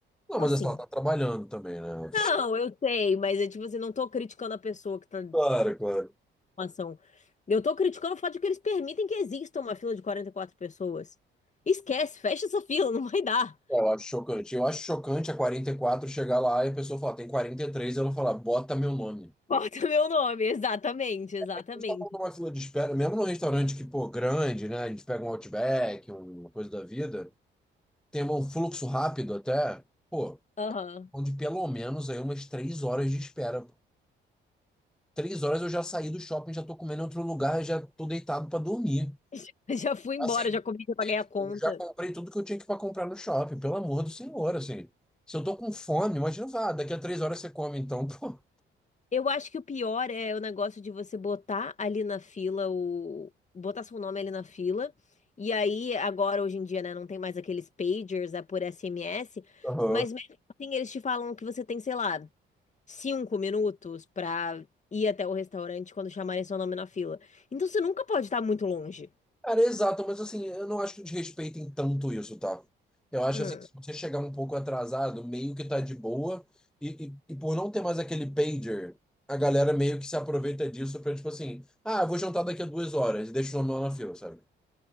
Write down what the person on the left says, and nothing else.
Como
assim?
Não, eu sei, mas é tipo assim, não tô criticando a pessoa que tá na
ação. Eu tô criticando o fato de que eles permitem que exista uma fila de 44 pessoas. Esquece, fecha essa fila, não vai dar.
<laughs> Bota meu nome, exatamente, exatamente.
Aham.
<laughs> Já fui embora,
já comi, já paguei a conta.
Eu acho que o pior é o negócio de você botar ali na fila o. Botar seu nome ali na fila. E aí, agora, hoje em dia, né, não tem mais aqueles pagers, é por SMS.
Mas mesmo assim, eles te falam que você tem, sei lá, cinco minutos pra ir até o restaurante quando chamarem seu nome na fila. Então você nunca pode estar muito longe.
Hum,